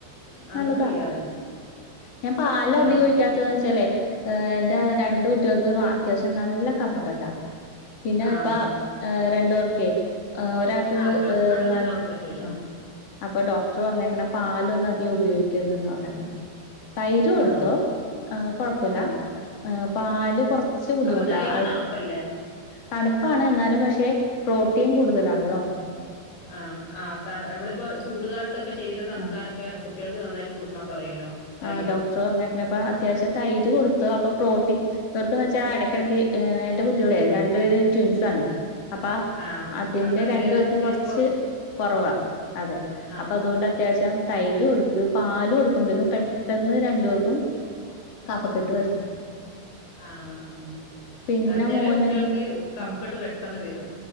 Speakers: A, on the left; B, on the left.
A: അങ്ങനെ
B: നല്ലതാ
A: ചെയ്യാറുണ്ട്
B: ഞാൻ പാല്
A: ആ
B: അധികം ഒഴിക്കാത്തന്ന് വെച്ചാലേ ഹ് ന്റെ രണ്ടു
A: ആ
B: റ്റോൽക്ക് അത്യാവശ്യം നല്ല കഫക്കെട്ട പിന്നെ
A: ആ
B: ഇപ്പ
A: ആ
B: ഹ് രണ്ടോർക്കെ ആഹ് ഒരാൾക്ക്
A: ആ കഫക്കെട്ടൊന്നും
B: ഹ് നൽ
A: ഉണ്ടാവാൻ പറ്റൂല
B: ആഹ് അപ്പ ഡോക്ടർ പറഞ്ഞേക്ക്ണേ പാലൊന്നും അധികം ഉപയോഗിക്കരുതന്ന് പർഞ്ഞേക്ക. തൈര് കൊടുത്തോ
A: ആ
B: ആഹ് കൊഴപ്പല്ല
A: ആ
B: ഹ് പാല് കൊർ ച്ച് ബുദ്ധിമുട്ടാ
A: അപ്പൊ തൈര്
B: അഹ്
A: തണുപ്പല്ലേ
B: തണുപ്പാണ് എന്നാലും പക്ഷെ പ്രോട്ടീൻ കൂടുതലാണല്ലോ.
A: ആഹ് ആഹ് ത നമ്മളിപ്പോ ചൂടുകാലത്തൊക്കെ ശരീരം തണുക്കാനൊക്കെ
B: ആഹ്
A: കു ട്ടിയേൾക്ക് നന്നായിട്ട് കൊടുക്കാൻ പറയല്ലോ. തൈര്
B: ആഹ് ഡോക്ടർ പറഞ്ഞേക്ക്ണ അപ്പ അത്യാവശ്യം തൈര് കൊടുത്തോ അപ്പ പ്രോട്ടീൻ ഇവർക്കന്ന് വെച്ചാ എടക്കിടക്ക് ഹ് എന്റെ കുട്ടികളെ രണ്ടുപേര് ട്വിൻസാണ്.
A: ഉം
B: അപ്പ
A: ആ
B: അതിന്റെ
A: ആ പ്രതിരോധ
B: രണ്ട് ക്കും
A: ശേഷി
B: കൊർച്ച് കൊറവാ അതെ
A: ആഹ്
B: അപ്പൊ അതുകൊണ്ട് അത്യാവശ്യം തൈര് കൊടുക്ക് പാൽ കൊടുക്കുമ്പഴേക്കും പെ ട്ടെന്ന് രണ്ടുപേർക്കും കഫക്കെട്ട് വരുന്നു.
A: ആഹ് ആഹ്
B: പിന്നെ
A: ആഹ് ചെല
B: മോന്
A: കുട്ടിയൾക്ക് കഫക്കെട്ട്
B: ആഹ്
A: പെട്ടെന്ന് വരും.